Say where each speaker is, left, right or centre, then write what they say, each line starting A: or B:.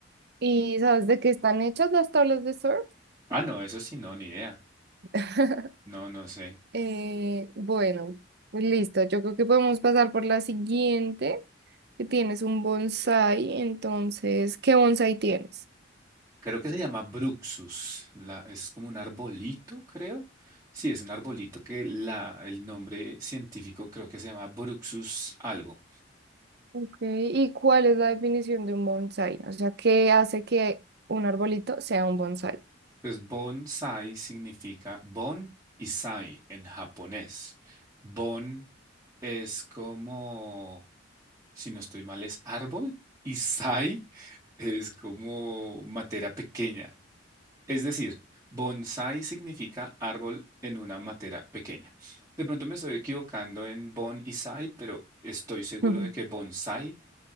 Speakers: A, on the right; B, on the right.
A: ¿Y sabes de qué están hechas las tablas de surf?
B: Ah, no, eso sí, no, ni idea.
A: <laughs>
B: No, no sé.
A: Eh, bueno, pues listo. Yo creo que podemos pasar por la siguiente, que tienes un bonsai. Entonces, ¿qué bonsai tienes?
B: Creo que se llama Bruxus. La, es como un arbolito, creo. Sí, es un arbolito que la, el nombre científico creo que se llama Bruxus algo.
A: Ok, ¿y cuál es la definición de un bonsai? O sea, ¿qué hace que un arbolito sea un bonsai?
B: Pues bonsai significa bon y sai en japonés. Bon es como, si no estoy mal, es árbol y sai es como materia pequeña. Es decir, bonsai significa árbol en una matera pequeña. De pronto me estoy equivocando en bon y sai, pero estoy seguro
A: <laughs> Ujú.
B: de que bonsai